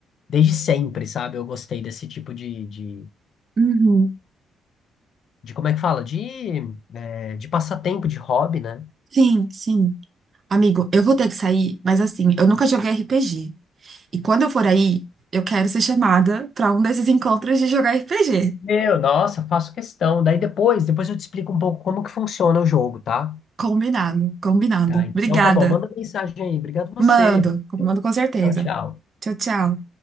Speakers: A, on the left; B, on the right.
A: desde sempre, sabe? Eu gostei desse tipo de, de,
B: Uhum.
A: de como é que fala? De, é, de passatempo, de hobby, né?
B: Sim, sim. Amigo, eu vou ter que sair, mas assim, eu nunca joguei RPG. E quando eu for aí, eu quero ser chamada pra um desses encontros de jogar RPG.
A: Meu, nossa, faço questão. Daí depois, depois eu te explico um pouco como que funciona o jogo, tá?
B: Combinado, combinado.
A: Tá, então
B: Obrigada.
A: tá bom. Manda mensagem aí. Obrigado você.
B: Mando, mando com certeza.
A: Tchau, tchau.
B: Tchau, tchau.